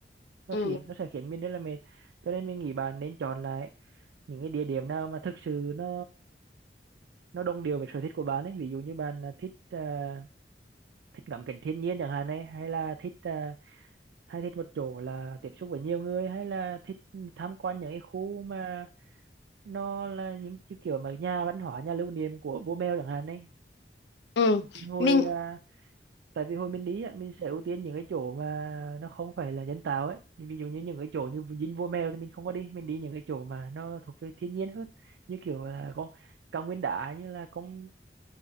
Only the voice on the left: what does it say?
ừ
ừ
mình